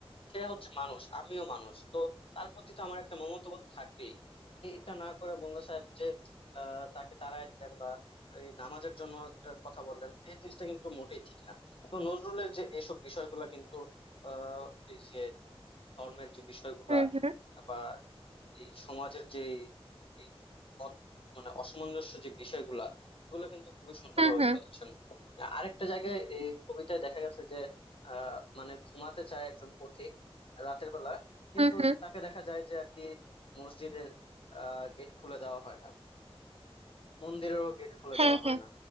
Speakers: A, on the left; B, on the right.
A: সে হচ্ছে মানুষ আমিও মানুষ তো তার প্রতি তো আমার একটা মমত্ববোধ থাকবেই এ- এটা না করে মোল্লা সাহেব যে আহ, তাকে তাড়ায় দিলেন বা এই নামাজের জন্য একটা কথা বললেন এই জিনিসটা কিন্তু মোটেই ঠিক না তো নজরুলের যে এইসব বিষয়গুলো কিন্তু আহ এই যে ধর্মের যে বিষয়গুলা
B: হুম হুম
A: বা এই সমাজের যে এই অত- মানে অসামঞ্জস্য যে বিষয়গুলা এগুলো কিন্তু খুবই সুন্দরভাবে
B: হুম হুম
A: তুলে ধরছেন আরেকটা জায়গায় এই কবিতায় দেখা গেছে যে আহ মানে ঘুমাতে চায় একজন পথিক রাতের বেলা কিন্তু
B: হুম হুম
A: তাকে দেখা যায় যে আর কি মসজিদের আহ গেট খুলে দেওয়া হয় না মন্দিরেরও গেট খুলে
B: হ্যাঁ
A: দেওয়া হয়
B: হ্যাঁ
A: না